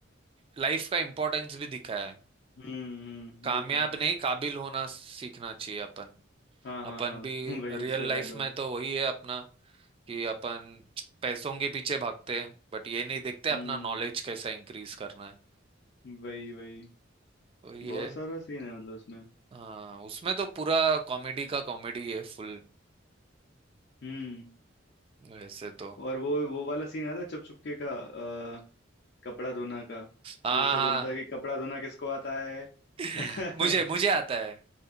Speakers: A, on the right; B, on the left.
A: लाइफ का इम्पोर्टेंस भी दिखाया है
B: हम्म हम्म,
A: कामयाब
B: वो तो है
A: नहीं काबिल होना सीखना चाहिए अपन
B: हाँ हाँ
A: अपन
B: हाँ
A: भी
B: <laughs> वही
A: रियल
B: उसका
A: लाइफ
B: डायलॉग
A: में
B: है
A: तो वही है अपना कि अपन पैसों के पीछे भागते हैं बट ये नहीं देखते अपना
B: हम्म
A: नॉलेज कैसे इंक्रीज करना है
B: वही वही
A: वही
B: बहुत
A: है
B: सारा सीन है मतलब उसमें
A: हाँ उसमें तो पूरा कॉमेडी का कॉमेडी है फुल
B: हम्म
A: वैसे तो
B: और वो वो वाला सीन याद है चुप चुपके का अ, कपड़ा धोना का
A: हाँ
B: वो उसे
A: हाँ
B: बोलता है कि कपड़ा धोना किसको आता है
A: <laughs>
B: <laughs>
A: मुझे मुझे आता है